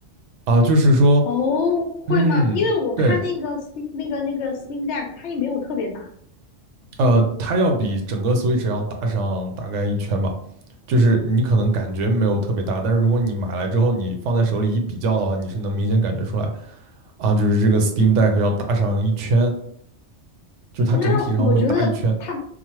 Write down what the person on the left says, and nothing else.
哦，会吗？
因为我看那个
Steam 那个那个 Steam Deck，它也没有特别大。
那我觉得它，